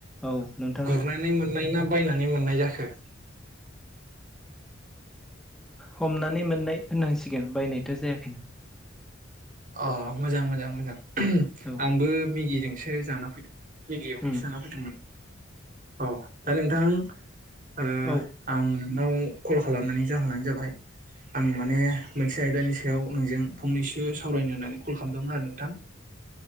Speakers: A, in the centre; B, on the right.
A: औ नोंथाङालाय
B: गुरनानैय मोननाय ना बायनानै मोननाय जाखो।
A: हमनानै मोननाय होननांसिगोन बायनायथ' जायाखै नालाय।
B: अ मोजां मोजां मोजां।
A: औ
B: आंबो मिगिजों एसे जाना फैदोंमोन। मिगि एवनायसो
A: उम
B: जाना फैदोंमोन औ। दा नोंथां। आं।
A: औ
B: नोंनाव कल खालामनानै जाहोनानो जाबाय आं माने मोनसे आयदानि सायाव नोंजों फंनैसो सावरायनो होननानै कल खालामदोंमोन आरो नोंथां।